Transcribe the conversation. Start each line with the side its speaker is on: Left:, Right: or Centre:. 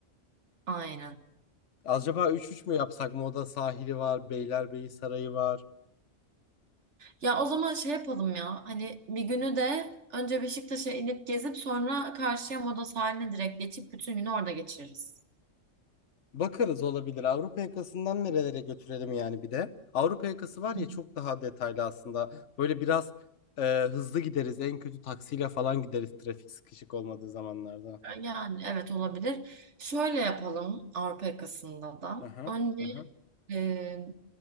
Right: Aynen.
Left: Acaba üç üç mü yapsak? Moda sahili var, Beylerbeyi Sarayı var.
Right: Ya o zaman şey yapalım ya. Hani bir günü de önce Beşiktaş'a inip gezip sonra karşıya Moda sahiline direkt geçip bütün günü orada geçiririz.
Left: Bakarız olabilir. Avrupa yakasından nerelere götürelim yani bir de. Avrupa yakası var
Right: Hı.
Left: ya çok daha detaylı aslında. Böyle biraz e, hızlı gideriz. En kötü taksiyle falan gideriz trafik sıkışık olmadığı zamanlarda.
Right: Yani evet olabilir. Şöyle yapalım Avrupa yakasında da.
Left: Aha,
Right: Önce
Left: aha.
Right: e,